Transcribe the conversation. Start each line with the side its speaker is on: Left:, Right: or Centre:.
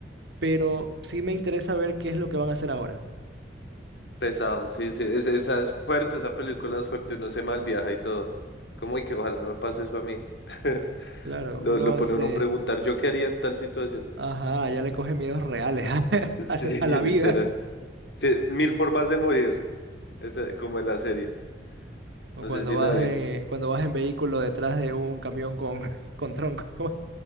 Right: pero sí me interesa ver qué es lo que van a hacer ahora.
Left: Pesado, sí, sí. es- esa es fuerte, esa película es fuerte, uno se malviaja y todo. Como, y que ojalá no me pase eso a mí. <laughs>
Right: Claro,
Left: Lo,
Right: uno
Left: lo
Right: hace,
Left: pone uno a preguntar, ¿yo qué haría en tal situación?
Right: ajá, ya le coge miedos reales <laughs>
Left: <laughs>
Right: a,
Left: Sí,
Right: a la
Left: literal.
Right: vida.
Left: Sí, mil formas de morir, esa- como en la serie.
Right: O
Left: No
Right: cuando
Left: sé si
Right: vas
Left: la viste.
Right: en, cuando vas en vehículo detrás de un camión con, <laughs> con troncos.